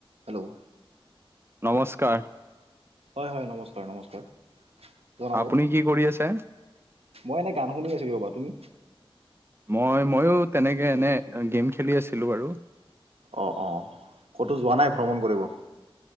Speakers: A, on the right; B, on the right.
A: Hello
B: নমস্কাৰ
A: হয় হয় নমস্কাৰ নমস্কাৰ জনাব
B: আপুনি কি কৰি আছে?
A: মই এনেই গান শুনি আছিলো ৰবা তুমি
B: মই ময়ো তেনেকে এনে গেম খেলি আছিলো বাৰু
A: অ অ ক'তো যোৱা নাই ভ্ৰমণ কৰিব